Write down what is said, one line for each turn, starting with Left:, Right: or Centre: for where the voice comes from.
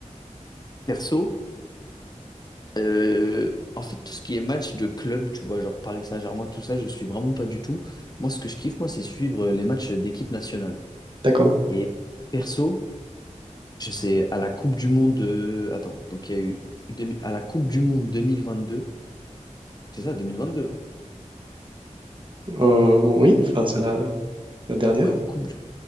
Left: Perso, euh, en fait, tout ce qui est match de club, tu vois, genre Paris Saint-Germain, tout ça, je suis vraiment pas du tout. Moi, ce que je kiffe, moi, c'est suivre euh, les matchs d'équipe nationale.
Right: D'accord.
Left: Et perso, je sais, à la Coupe du Monde de... Attends, donc il y a eu... demi- À la Coupe du Monde deux mille vingt deux c'est ça, 2022, hein?
Right: Euh, oui, enfin, c'est la, la dernière.
Left: Ouais, Coupe du...